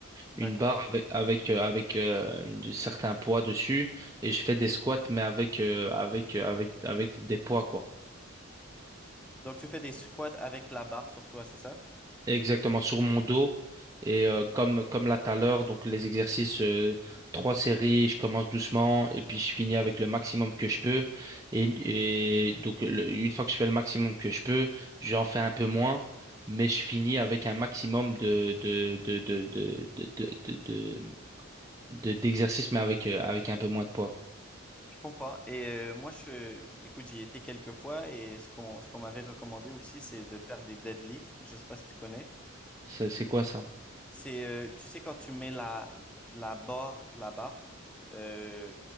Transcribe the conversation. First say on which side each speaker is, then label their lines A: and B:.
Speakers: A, in the centre; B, on the right.
A: D'accord.
B: une barre avec, avec, euh, avec euh, une- de- certains poids dessus, et je fais des squats, mais avec, euh, avec, euh, avec, avec des poids, quoi.
A: Donc tu fais des squats avec la barre sur toi, c'est ça?
B: Exactement, sur mon dos. Et euh, comme, comme là tout à l'heure, donc les exercices, euh, trois séries, je commence doucement et puis je finis avec le maximum que je peux. Et, et donc, le- une fois que je fais le maximum que je peux, j'en fais un peu moins, mais je finis avec un maximum de, de, de, de, de, de, de, de, de- de- d'exercices, mais avec, euh, avec un peu moins de poids, quoi.
A: Je comprends. Et euh, moi, je, écoute, j'y étais quelques fois et ce qu'on ce qu'on m'avait recommandé aussi, c'est de faire des deadlifts. Je sais pas si tu connais.
B: Ça, C'est quoi ça?
A: C'est, euh, tu sais, quand tu mets la la barre la barre euh,